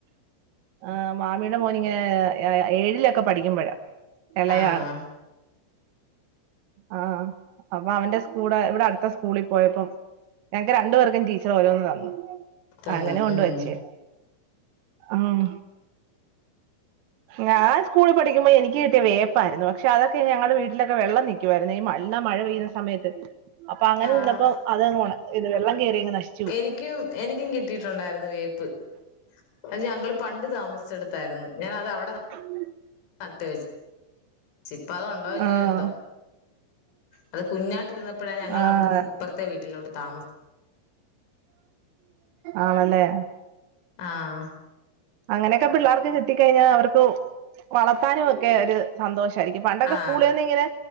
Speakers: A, on the right (about 80°); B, on the left (about 90°).
A: ആ മാമിയുടെ മോൻ ഇങ്ങനെ എ എ ഏഴിലൊക്കെ പഠിക്കുമ്പഴാ എളയയാള്
B: ആഹ്
A: ആ അപ്പൊ അവന്റെ സ്കൂടേ ഇവടെ അട്ത്ത സ്കൂളിൽ പോയപ്പം ഞങ്ങക്ക് രണ്ടു പേർക്കും ടീച്ചർ ഓരോന്ന് തന്ന്
B: തന്ന്
A: അങ്ങനെ കൊണ്ട്
B: ഉം
A: വച്ചേര്ന്നു ഉം ഞാൻ സ്കൂളിൽ പഠിക്കുമ്പോ എനിക്ക് കിട്ടിയ വേപ്പായിരുന്നു പക്ഷെ അതൊക്കെ ഞങ്ങളുടെ വീട്ടിലൊക്കെ വെള്ളം നിക് ക്കുവാരുന്നു ഈ നല്ല മഴ പെയ്യുന്ന സമയത്ത് അപ്പൊ അങ്ങനെ
B: ആഹ്
A: നിന്നപ്പോ അതങ്ങ് ഒണ ഈ വെള്ളം കേയറിയങ്ങ് നശി
B: എനിയ്ക്കും എനിയ്ക്കും കിട്ടിയിട്ടുണ്ടായിരുന്നു വേപ്പ് അത് ഞങ്ങള് പണ്ട് താമസിച്ചെടുത്തായിരുന്നു ഞാനത് അവടെ
A: ഉം <inaudible>
B: നട്ട് വെച്ച് ഇപ്പ അതുണ്ടോ ഇല്ലയോ
A: ആഹ്
B: എന്തോ അത് കുഞ്ഞാട്ട് ഇരുന്നപ്പഴാ ഞങ്ങള്
A: ആഹ്
B: അവിടുന്ന് ഇപ്പറത്തെ വീട്ടിലോട്ട് താമസി
A: ആണല്ലേ
B: ആഹ്
A: അങ്ങനെയൊക്കെ പിള്ളേർക്ക് ചെത്തി കഴിഞ്ഞാൽ അവർക്ക് വളർത്താനും ഒക്കെ ഒരു സന്തോഷായിരിക്കും പണ്ടൊക്കെ
B: ആഹ്
A: സ്കൂളേന്നിങ്ങനെ